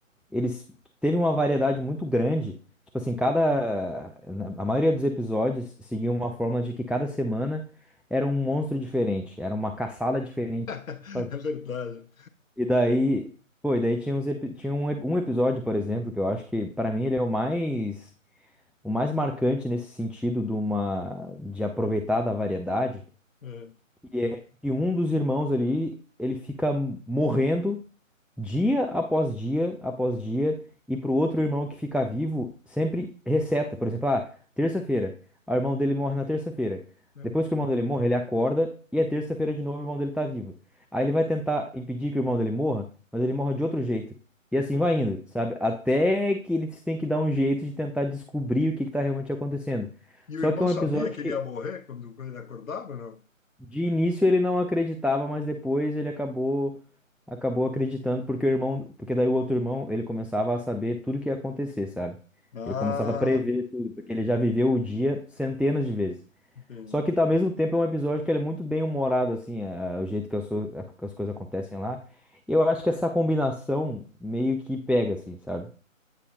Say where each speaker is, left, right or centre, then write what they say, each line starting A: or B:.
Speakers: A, in the centre; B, on the left.
A: eles teve uma variedade muito grande. Tipo assim,
B: Uhum.
A: cada na- a maioria dos episódios seguia uma forma de que cada semana era um monstro diferente, era uma caçada diferente
B: <laughs> é
A: que tinha que fazer.
B: verdade.
A: E daí, pô, e daí tinha uns epi- tinha um, ep- um episódio, por exemplo, que eu acho que pra mim ele é o mais o mais marcante nesse sentido de uma de aproveitar da variedade,
B: É,
A: e é que um dos irmãos ali, ele fica morrendo dia após dia após dia, e pro outro irmão que ficar vivo, sempre receta. Por exemplo, ah, terça-feira, ah, o irmão dele morre na terça-feira.
B: é.
A: Depois que o irmão dele morre, ele acorda e é terça-feira de novo, o irmão dele tá vivo. Aí ele vai tentar impedir que o irmão dele morra, mas ele morre de outro jeito. E assim
B: Pô,
A: vai indo, sabe? Até que eles têm que dar um jeito de tentar descobrir o que que tá realmente acontecendo.
B: E
A: Só
B: o irmão
A: que é um
B: sabia
A: episódio
B: que
A: que
B: ele ia morrer quando, quando ele acordava, ou não?
A: de início ele não acreditava, mas depois ele acabou acabou acreditando porque o irmão, porque daí o outro irmão, ele começava a saber tudo que ia acontecer, sabe?
B: Ah,
A: Ele começava a prever tudo, porque ele já viveu o dia centenas de vezes.
B: entendi.
A: Só que tá ao mesmo tempo é um episódio que ele é muito bem humorado assim, a- o jeito que as, so- a- que as coisas acontecem lá. eu acho que essa combinação meio que pega assim, sabe?